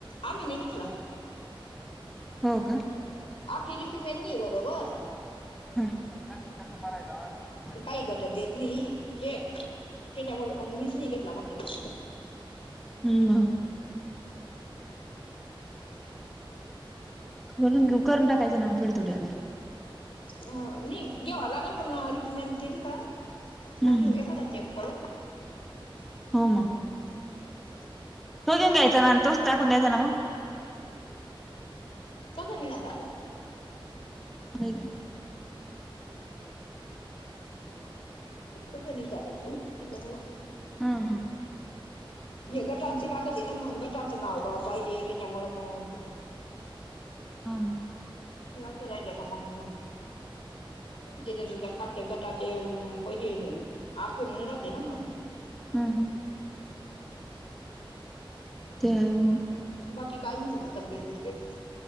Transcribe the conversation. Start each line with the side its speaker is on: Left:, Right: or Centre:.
Left: आम्ही नाही घेतला
Centre: हो का
Left: आपली रिपेमिंनी नाही बरोबर
Centre: <inaudible>
Left: काही घट देत नाही हे त्याच्यामुळे मग मीच नाही घेतला म्हटलं ल
Centre: हम् बा म्हणून गप्प करून टाकाय ना थोडी थोडी्याला
Left: ह नाही घेवा लागल पण ना रिपीमॅन केली का मग
Centre: हम्म
Left: घेऊ एखादा ते बरं
Centre: हो म
Left: <inaudible>
Centre: त्यो घेऊन घ्यायचा आणी तोच टाकून द्यायांचा ना मग
Left: कशानी ग झालं
Centre: ब का
Left: बघ निटं आल्यात घेऊन तिकडनं घेऊन
Centre: हा हा
Left: गटांची लागत आहे ना मग गटांचं नावगाव पाहिजे त्याच्यामुळ मग
Centre: हम
Left: हे असं राहिलं का मग तिथे त खाते गटाचे पैसे आठवनींन राहते ना मग
Centre: हम् हम ते आो
Left: बाकी काय म्हणते तब्येत बिब्यत